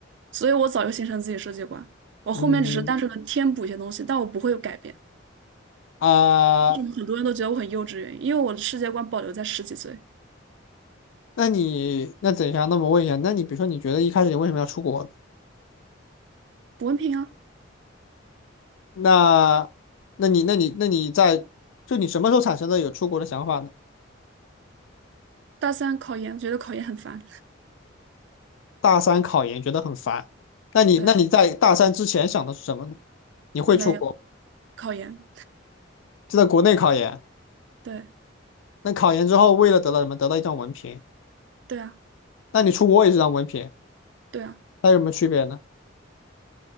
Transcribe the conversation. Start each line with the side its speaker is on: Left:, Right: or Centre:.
Right: 所以我早就形成自己世界观。我后面只是单纯的添补一些东西，
Left: 嗯
Right: 但我不会有改变。
Left: 啊、
Right: 为什么很多人都觉得我很幼稚？原因，因为我的世界观保留在十几岁。
Left: 那你那等一下，那么问一下，那你比如说你觉得一开始你为什么要出国呢
Right: 补文凭啊，
Left: 那，那你，那你，那你在，就你什么时候产生的有出国的想法呢？
Right: 大三考研，觉得考研很烦。
Left: 大三考研觉得很烦，那你，
Right: 对，
Left: 那你在大三之前想的是什么呢？你会出国，
Right: 没有考研。
Left: 就在国内考研，
Right: 对，
Left: 那考研之后为了得到什么？得到一张文凭，
Right: 对啊，
Left: 那你出国也是张文凭，
Right: 对啊。
Left: 那有什么区别呢？